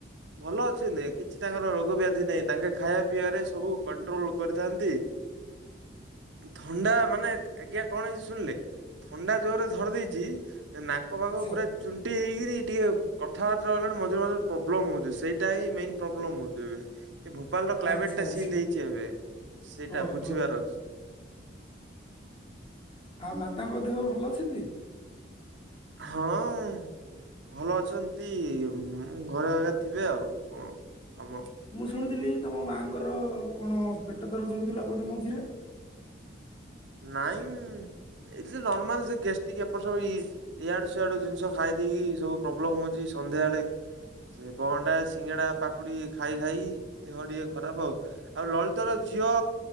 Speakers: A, on the right; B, on the left.
A: ଭଲ ଅଛିନ୍ତି କିଛି ତାଙ୍କର ରୋଗ ବ୍ୟାଧି ନାହିଁ ତାଙ୍କେ ଖାଇବା ପିଇବାରେ ସବୁ କଣ୍ଟ୍ରୋଲ କରିଥାନ୍ତି। ଥଣ୍ଡା ମାନେ ଆଜ୍ଞା କଣ ହେଇଛି ଶୁଣିଲେ ଥଣ୍ଡା ଜୋର ଧରି ଦେଇଛି ନାକ ଫାଗ
B: ଆଚ୍ଛା
A: ପୁରା ଚୁଣ୍ଟି ହେଇକିରି ଟିକେ କଥାବାର୍ତ୍ତା ହେଲାବେଳକୁ ମଝିରେ ମଝିରେ ପ୍ରୋବ୍ଲେମ ହଉଛି ସେଇଟା ହିଁ ମେନ୍ ପ୍ରୋବ୍ଲେମ ହଉଛି ଏବେ। ଏ ଭୋପାଳର
B: ଓ
A: କ୍ଲାଇମେଟଟା
B: ଆଚ୍ଛା ଆଚ୍ଛା
A: ସେ ନେଇଛି ଏବେ ସେଇଟା
B: ଓହୋ
A: ବୁଝିବାର ଅଛି।
B: ଆଉ ମାତାଙ୍କ ଦେହ ଭଲ ଅଛି ଟି।
A: ହଁ। ଭଲ ଅଛନ୍ତି ଘରେ ଆଗେ ଥିବେ ଆଉ କଣ କାମ।
B: ମୁଁ ଶୁଣୁଥିଲି ତମ ମାଙ୍କର କଣ ପେଟ ଦରଜ ହଉଥିଲା ବୋଧେ ମଝିରେ?
A: ନାଇଁ ଏଯେ ନର୍ମାଲ ସେ ଗେଷ୍ଟିକ୍ ଏପଟ ସବୁ ଇଏ ଇଆଡୁ ସିଆଡୁ ଜିନିଷ ଖାଇ ଦେଇକି ସବୁ ପ୍ରୋବ୍ଲେମ ହଉଛି ସନ୍ଧ୍ୟା ବେଳେ ସେ ବହଣ୍ଡା ସିଙ୍ଗଡା ପାକୁଡି ଖାଇ ଖାଇ ଦେହ ଟିକେ ଖରାପ ଆଉ। ଆଉ ଲଳିତର ଝିଅ